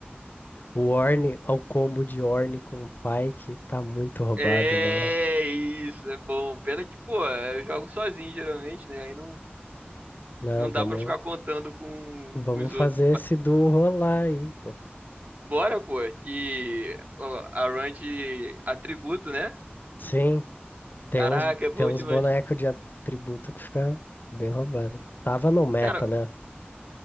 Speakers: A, on the left; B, on the right.
A: O Orne, ao combo de Orne com o Pike, tá muito roubado
B: É
A: lá.
B: isso, é bom. Pena que, pô, eu jogo sozinho geralmente, né? Aí não
A: Não,
B: Não
A: vamos,
B: dá pra ficar contando com,
A: vamos
B: com os outros.
A: fazer
B: Mas
A: esse duo rolar aí, pô.
B: bora, pô, que a run de atributo, né?
A: Sim, tem
B: Caraca,
A: uns,
B: é bom
A: tem uns
B: demais.
A: bonecos de atributo que fica bem roubado. Tava no meta,
B: Cara,
A: né?